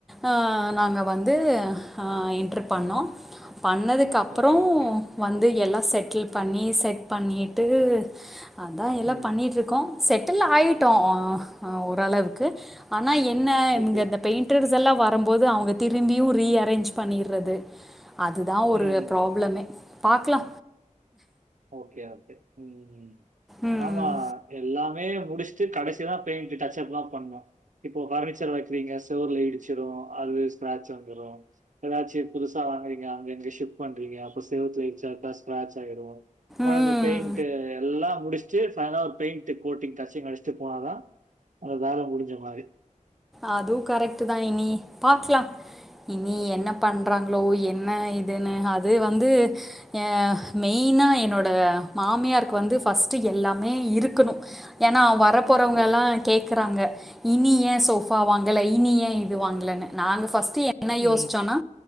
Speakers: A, in the centre; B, on the right (about 70°).
A: அ நாங்க வந்து அ என்டர் பண்ணோ பண்ணதுக் கப்றோ
B: ஓகே, ஓகே.
A: வந்து எல்லா செட்டில் பண்ணி செட் பண்ணிட்டு அதா எல்லா
B: ம்.
A: பண்ணிட்டுருக்கோ செட்டில் ஆயிட்டோ அ ஓரளவுக்கு ஆனா என்ன
B: ஓகே.
A: இங்க இந்த பெயிண்டர்ஸ் எல்லா வரம்போது அவுங்க திரும்பியு ரீ அரேஞ்ச் பண்ணிற்றது அதுதா ஒரு
B: ம்.
A: ப்ராப்ளமே பாக்லா
B: ஓகே ஓகே ம்
A: ம்
B: ஆமா எல்லாமே முடிச்சுட்டு கடைசிதா பெயிண்டு டச்ச அப் லா பண்ணோ இப்போ பர்னிச்சர் வைக்கிறீங்க செவுர்ல இடிச்சிரு அது ஸ்க்ராச் வந்துரு ஏதாச்சு புதுசா வாங்குறீங்க அங்க இங்க சிப்ட் பண்றீங்க அப்போ செவுத்துல இடிச்சா ஸ்க்ராட்ச் ஆய்ரு அவளதா
A: ம்
B: பெயிண்டு எல்லா முடிச்சிட்டு பைனலா பெயிண்டு கோட்டிங் டச்சிங் அடிச் ச்சு போனாதா அந்த வேல முடிஞ்ச மாரி
A: அதுவு கரெக்டுதா இனி பாக்லா இனி என்ன பண்ணுறாங்ளோ என்ன இதுனு அது வந்து எ மெயினா என்னோட மாமியாருக்கு வந்து பஃர்ஸ்டு எல்லாமே இருக்குணு ஏனா அவு வரப்போறவங்க
B: ஓ.
A: எல்லா கேக்குறாங்க இனி ஏ சோ பா வாங்கல இனி ஏ இது வாங்லனு நாங்க பஸ்ட்டு என்ன
B: ம்.
A: யோசிச்சோனா